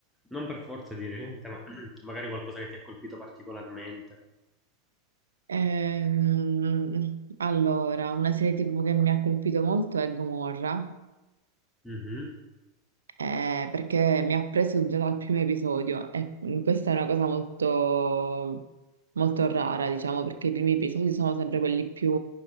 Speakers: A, in the centre; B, on the right.
A: Non per forza di recente, ma <clears throat> magari qualcosa che ti ha colpito particolarmente.
B: ehm, allora, una serie TV che mi ha colpito molto è Gomorra,
A: Mhm,
B: eh, perché mi ha preso già dal primo episodio e mm, questa è una cosa molto, molto rara, diciamo, perché i primi episodi sono sempre quelli più,